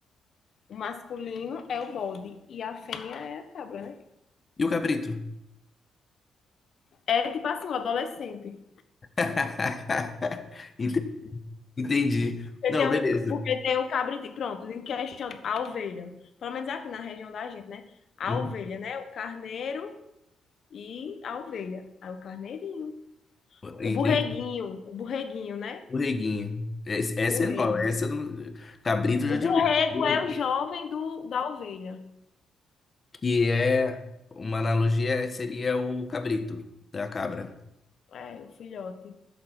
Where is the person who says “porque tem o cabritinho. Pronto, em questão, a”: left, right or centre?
Left